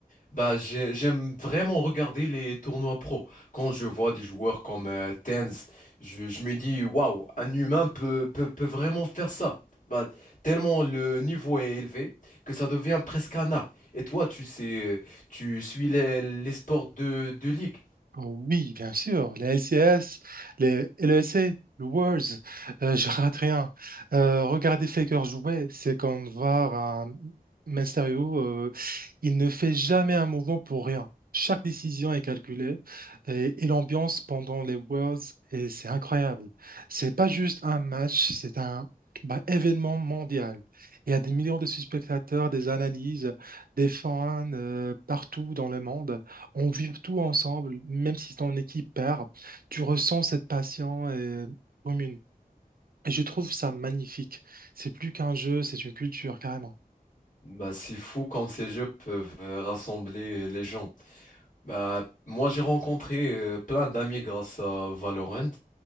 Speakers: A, on the left; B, on the right.
A: bah, j'ai- j'aime vraiment regarder les tournois pro. Quand je vois des joueurs comme euh, Tenz, je, je me dis, waouh, un humain peut, peut, peut vraiment faire ça. Bah, tellement le niveau est élevé que ça devient presque un art. Et toi, tu sais, tu suis les, les sports de, de ligue.
B: Ah Oui, bien sûr, les LCS, les LEC, le Worlds, euh, <laughs> je rate rien. Euh, regarder Faker jouer, c'est comme voir un Mysterio, euh, il ne fait jamais un mouvement pour rien. Chaque décision est calculée et, et l'ambiance pendant les Worlds, et c'est incroyable. C'est pas juste un match, c'est un bah, événement mondial. Il y a des millions de spectateurs, des analyses, des fans euh, partout dans le monde on vit tout ensemble, même si c'est en équipe paire, tu ressens cette passion euh, commune. Et je trouve ça magnifique. C'est plus qu'un jeu, c'est une culture, carrément.
A: Bah, c'est fou comme ces jeux peuvent euh, rassembler les gens. Bah, moi, j'ai rencontré euh, plein d'amis grâce à Valorant.